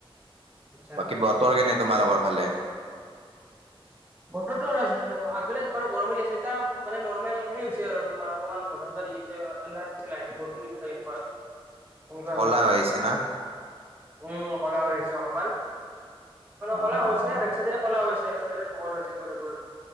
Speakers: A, on the right (about 15°); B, on the right (about 85°).
A: আচ্ছা, আচ্ছা,
B: বাকী
A: আচ্ছা।
B: বতৰ কেনে তোমালোকৰ ফালে?
A: বতটোৰ আগবেলা বাৰু গৰমে দি আছে, এতিয়া মানে নৰ্মেল হেই হৈছে আৰু তোমাৰ অকণমান বতা- চতা দি আছে। আন্ধাৰ হৈছে, লাহকে বৰষূণ দিব চাগে এনেকুৱা। এনেকুৱা
B: ক'লা
A: হৈছে
B: হৈ
A: এতিয়া,
B: আহিছে না
A: উম, ক'লা হৈ আছে অকমান।
B: অ',
A: কলা হৈছে
B: অ'।
A: আৰু এক চাইডেৰে কলা হৈছে, এক চাইডেৰে পোহৰ হৈছে এনেকুৱা টাইপৰ আৰু।